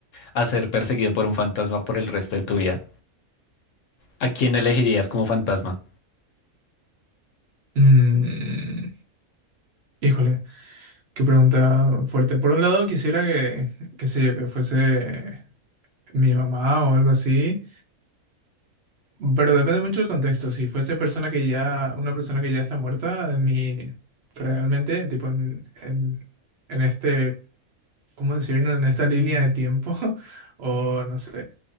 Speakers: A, on the left; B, on the right.
A: a ser perseguido por un fantasma por el resto de tu vida, ¿a quién elegirías como fantasma?
B: Mm, híjole, qué pregunta fuerte. Por un lado, quisiera que, qué sé yo, que fuese mi mamá o algo así. Pero depende mucho del contexto. Si fuese persona que ya, una persona que ya está muerta, de mí realmente, tipo en, en en este ¿cómo decirlo? En esta línea de tiempo, <laughs> o no sé.